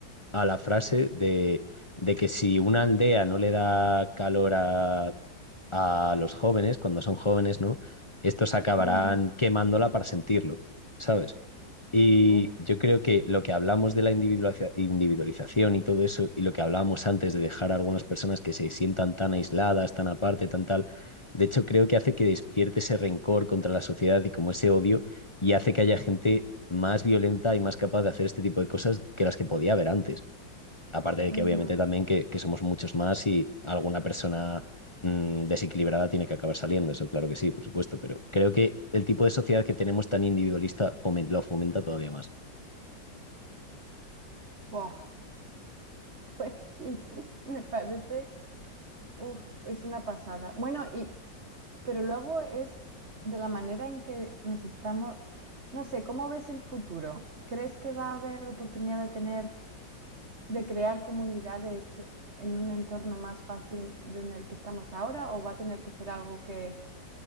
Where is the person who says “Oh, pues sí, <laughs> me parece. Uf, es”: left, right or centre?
Right